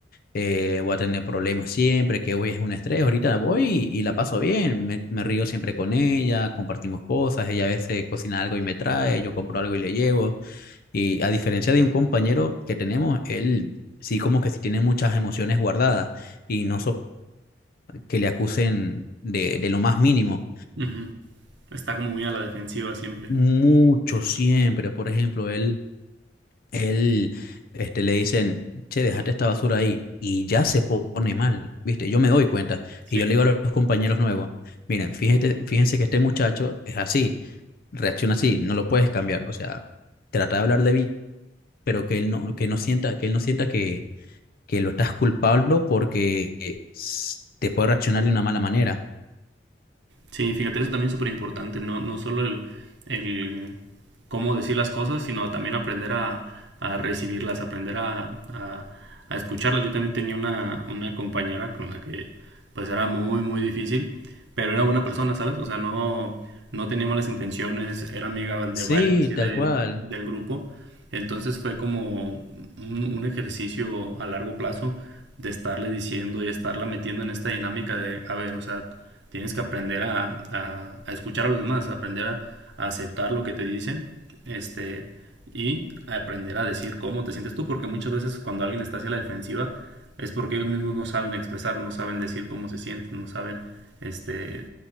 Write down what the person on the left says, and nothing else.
eh, voy a tener problemas siempre, que hoy es un estrés, ahorita voy y, y la paso bien, me, me río siempre con ella, compartimos cosas, ella a veces cocina algo y me trae, yo compro algo y le llevo, y a diferencia de un compañero que tenemos, él sí como que sí tiene muchas emociones guardadas y no so- que le acusen de, de lo más mínimo.
Mucho siempre, por ejemplo, él él este, le dicen, che, dejate esta basura ahí, y ya se pone mal, ¿viste? Yo me doy cuenta,
y yo le digo a los compañeros nuevos, miren, fíjate, fíjense que este muchacho es así, reacciona así, no lo puedes cambiar, o sea, trata de hablar de bien, pero que él no, que no sienta, que él no sienta que, que lo estás culpando porque eh, s- te puede reaccionar de una mala manera.
Sí,
tal
cual.